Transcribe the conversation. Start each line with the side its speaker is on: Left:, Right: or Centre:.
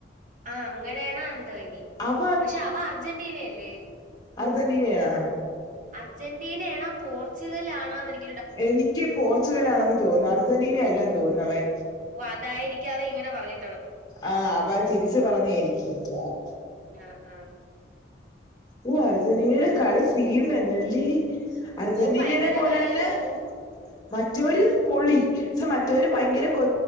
Right: ആഹ് അങ്ങനെയേണോ എന്തോനി
Left: അവ
Right: പക്ഷെ അവ അർജന്റീനെയെല്ലേ
Left: അർജെന്റീനേ ആഹ്
Right: അർജെന്റീനേണാ പോർച്ച്ഗല്ലാണാന്നെനി
Left: എനിയ്ക്ക് പോർച്ച്ഗല്ലാണെന്ന് തോന്നുന്നു അർജെന്റീന എല്ലാന്ന് തോന്നുന്നു അവൻ
Right: ഒഹ് അതായിരിക്കും അവൻ ഇങ്ങെനെ പറഞ്ഞി
Left: ആഹ് അവൻ തിരിച്ച് പറഞ്ഞേയ്രിക്കും മിയ്ക്കവാറും
Right: ഞാ ആഹ്
Left: ഓഹ് അർജെന്റീനെടെ കളി സീൻ തന്നെല്ലേ അർജെന്റീനേനെ
Right: ഓ ഭയങ്കര
Left: പോലെ
Right: കളിയായിരുന്നു
Left: തന്നെ മറ്റവര് പൊളി ച് മറ്റവര് ഭയ്ങ്കെര കൊ